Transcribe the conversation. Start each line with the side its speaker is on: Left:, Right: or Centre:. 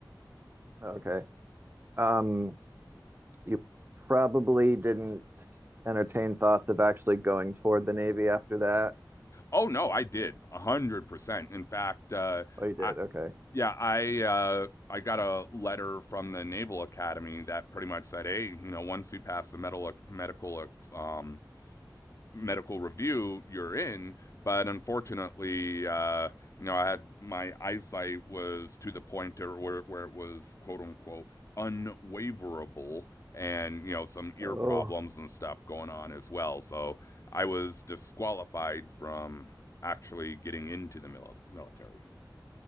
Right: Okay. Um, you probably didn't entertain thoughts of actually going toward the Navy after that.
Left: Oh, no, I did. 100%. In fact, uh,
Right: Oh, you did.
Left: I,
Right: Okay.
Left: yeah, I uh, I got a letter from the Naval Academy that pretty much said, "Hey, you know, once you pass the medical medical um, medical review you're in. But unfortunately, uh, you know, I had my eyesight was to the point where, where it was quote unquote unwaverable and, you know, some ear
Right: Oh,
Left: problems and stuff going on as well. So I was disqualified from actually getting into the mil- military.